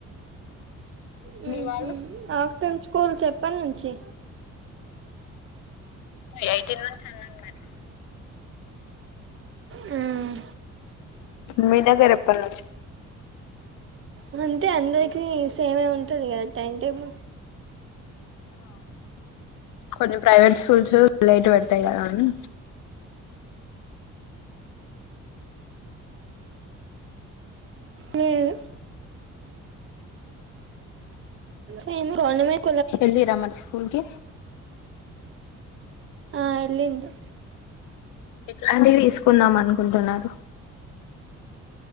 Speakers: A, on the right; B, on the left.
A: హుమ్
B: మీ వాళ్ళు
A: హు ఆఫ్టర్నూన్ స్కూల్ ఎప్పనుంచి
B: ఎయిటీన్ నుంచి అన్నారు మరి
A: హ్మ్
B: మీ దగ్గర ఎప్పటి నుండి
A: వన్ అయితే అందరికి సేమే ఉంటది కదా టైం టేబుల్
B: కొంచెం ప్రైవేట్ స్కూల్స్ లేటు పెడతాయి కదా అని
A: లేదు నేను కొండమీద
B: ఎల్లి రామను స్కూల్ కి
A: ఆ ఎల్లిందు
B: ఇట్లాంటి వి తీసుకుందాం అనుకుంటున్నారు